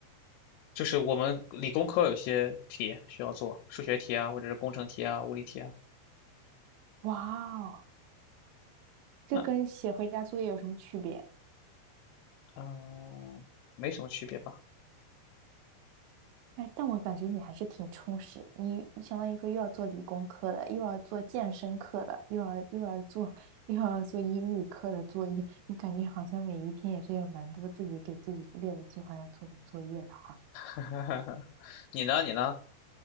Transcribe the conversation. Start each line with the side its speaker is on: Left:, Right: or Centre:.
Left: 就是我们理工科有些题需要做，数学题啊，或者是工程题啊、物理题啊，
Right: 哇哦，这跟写回家作业有什么区别？
Left: 嗯嗯，没什么区别吧？
Right: 哎，但我感觉你还是挺充实，你相当于说又要做理工科的，又要做健身课的，又要又要做又要做英语课的作业，你感觉好像每一天也是有蛮多自己给自己列的计划要做的作业的哈。
Left: <laughs> 你呢？你呢？